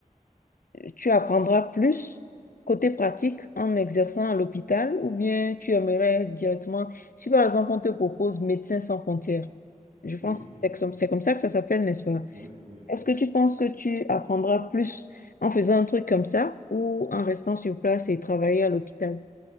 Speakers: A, on the left (about 85°); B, on the right (about 75°).
A: tu apprendras plus côté pratique en exerçant à l'hôpital ou bien tu aimerais directement, si par exemple on te propose Médecins sans frontières, je pense
B: Oui.
A: que c'est comme, c'est comme ça que ça s'appelle, n'est-ce pas?
B: Oui, oui.
A: Est-ce que tu penses que tu apprendras plus en faisant un truc comme ça ou en restant sur place et travailler à l'hôpital?